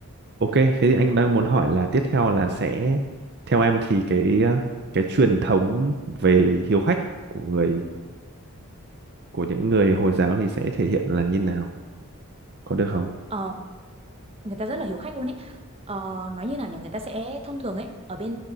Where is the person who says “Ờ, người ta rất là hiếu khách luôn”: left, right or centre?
Right